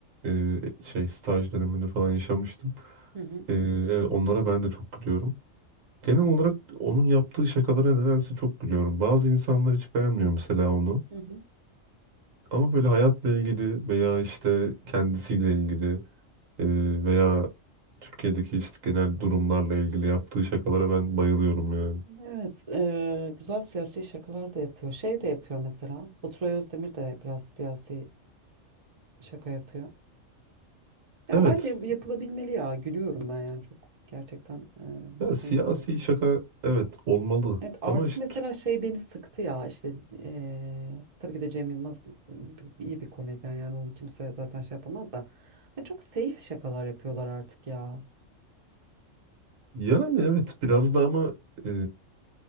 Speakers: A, on the right; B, on the right.
A: e, şey staj döneminde falan yaşamıştım.
B: Hı hı.
A: E, evet, onlara ben de çok gülüyorum. Genel olarak onun yaptığı şakalara nedense çok gülüyorum. Bazı insanlar hiç beğenmiyor mesela onu.
B: hı hı.
A: Ama böyle hayatla ilgili veya işte kendisiyle ilgili Ee, veya Türkiye'deki işte genel durumlarla ilgili yaptığı şakalara ben bayılıyorum yani.
B: Evet, eee, güzel siyasi şakalar da yapıyor. Şey de yapıyor mesela. Baturay Özdemir de biraz siyasi şaka yapıyor. Ya
A: Evet.
B: bence yapılabilmeli ya. Gülüyorum ben yani çok gerçekten eee,
A: Ya siyasi
B: komik oluyor.
A: şaka evet olmalı.
B: Evet artık
A: Ama işte
B: mesela şey beni sıktı ya işte eee, tabii ki de Cem Yılmaz iyi bir komedyen yani onu kimse zaten şey yapamaz da. Hani çok safe şakalar yapıyorlar artık ya.
A: yani evet biraz da ama e,